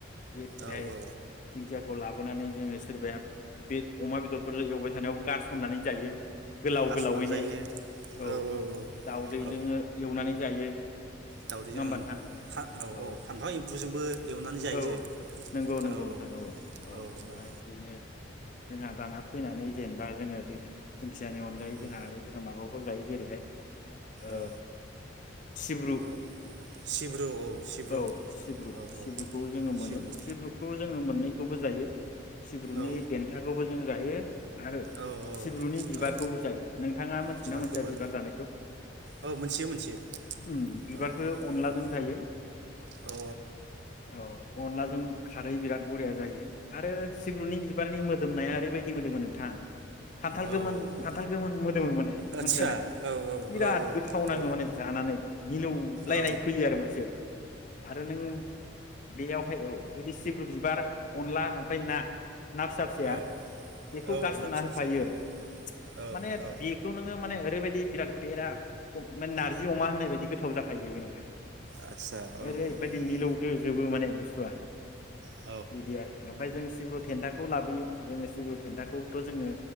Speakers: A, on the left (about 40°); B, on the right (about 60°).
A: जेरैहाय
B: औ औ
A: दिंखीयाखौ लाब बोनानै जोङो सोरबाया बे अमा बेदर फोर एवबाय थानायावबो गारसननानै जायो। गोलाव
B: गारस'नानै
A: गोलावैनो
B: जायो
A: औ
B: औ औ
A: दाउदैजों
B: औ
A: एवनानै जायो।
B: दाउदैजों
A: होमबा
B: ओं
A: नोंथां
B: औ फा-फानथाव
A: औ
B: एम्बुजोंबो एवनानै जायो
A: औ नंगौ नंगौ
B: औ औ
A: नोंथां
B: औ
A: ओमफ्राय
B: औ।
A: बेनो जोंहा दाना फैनानै जेनेबा जोङो बे दिंखियानि अनगायै
B: उम
A: जोंहा आरो जोंहा माबा जायो जेरैहाय ओ
B: औ
A: सिब्रु,
B: औ सिब्रु औ सिब्रु
A: औ सिब्रु
B: औ
A: सिब्रुखौ
B: औ
A: जोङो मोनो
B: सिब्रु
A: सिब्रुखौ जोङो मोननैखौबो जायो। सिब्रुनि
B: औ
A: देन्थाखौबो जों जायो आरो
B: औ औ
A: सिब्रुनि बिबारखौबो
B: औ
A: जायो नोंथाङा मोनथिगो
B: बिबारखौबो
A: ना मोनथिया बिबार जानायखौ
B: औ मोनथियो मोनथियो
A: उम बिबारखो
B: औ
A: अनलाजों
B: औ
A: जायो
B: औ
A: औ अनलाजों खारै बिराद बरिया जायो। आरो सिब्रुनि बिबारनि मो दोमनाया आरैबा यदि मोदोमो नोंथां खान्थाल
B: औ
A: गोमोन
B: औ
A: खान्थाल गोमोन मोदोमो माने
B: आदसा
A: मोनथिबायना
B: औ
A: बिराद
B: औ
A: गोथाव नाङो
B: औ
A: माने जानानै। मिलौलायनाय
B: औ
A: फैयो आरो मोनसे आरो नों बेयावहाय औ जुदि सिब्रु बिबार अनला ओमफाय ना ना फिसा फिसाया
B: औ
A: बेखौ
B: औ
A: गारसनना
B: ना फिसा
A: होफायो
B: फिसाजों औ
A: माने
B: औ
A: बेखौ नोङो माने ओरैबायदि बिराद बेरा माने नारजि अमा होननाय बायदि गोथाव जाखायो बेबो नोंथां।
B: आदसा ओं
A: ओरैबायदि
B: ओं
A: मिलौदोजोबो माने बुस्थुआ।
B: औ
A: बिदि आरो ओमफाय जों सिब्रु थेन्थाखौ लाबोयो जोङो सिब्रु देन्थाखौथ जोङो